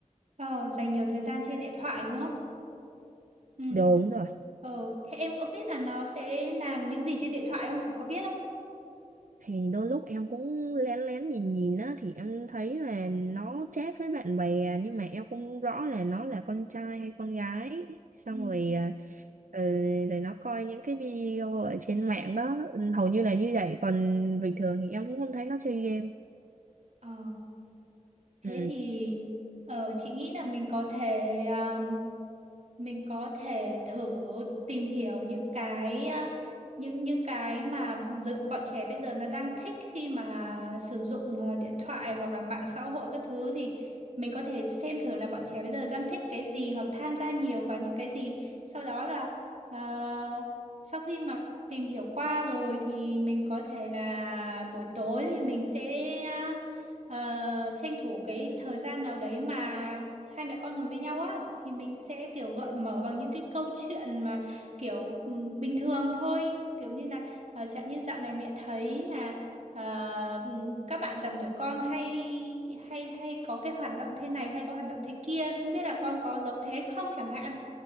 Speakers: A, on the right; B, on the right.
A: Ờ, dành nhiều thời gian trên điện thoại đúng không? Ừ.
B: đúng rồi
A: Ờ, thế em có biết là nó sẽ làm những gì trên điện thoại không? Thì có biết không?
B: thì đôi lúc em cũng lén lén nhìn nhìn á thì em thấy là nó chat với bạn bè nhưng mà em không rõ là nó là con trai hay con gái xong
A: Ừ.
B: rồi à, ừ, rồi nó coi những cái video ở trên mạng đó ừ, hầu như là như vậy còn bình thường thì em cũng không thấy nó chơi game
A: Ờ, thế
B: ừ.
A: thì ờ, chị nghĩ là mình có thể à, mình có thể thử tìm hiểu những cái à, những những cái mà dự, bọn trẻ bây giờ nó đang thích khi mà sử dụng à, điện thoại hoặc là mạng xã hội các thứ thì mình có thể xem thử là bọn trẻ bây giờ đang thích cái gì hoặc tham gia nhiều vào những cái gì sau đó là ờ, sau khi mà tìm hiểu qua rồi thì mình có thể là buổi tối thì mình sẽ à, ờ, tranh thủ cái thời gian nào đấy mà hai mẹ con ngồi với nhau á thì mình sẽ kiểu gợi mở bằng những cái câu chuyện mà kiểu ừm, bình thường thôi kiểu như là ờ, chẳng như dạo này mẹ thấy là ờ, ừm, các bạn tầm tuổi con hay hay hay có cái hoạt động thế này hay có hoạt động thế kia không biết là con có giống thế không chẳng hạn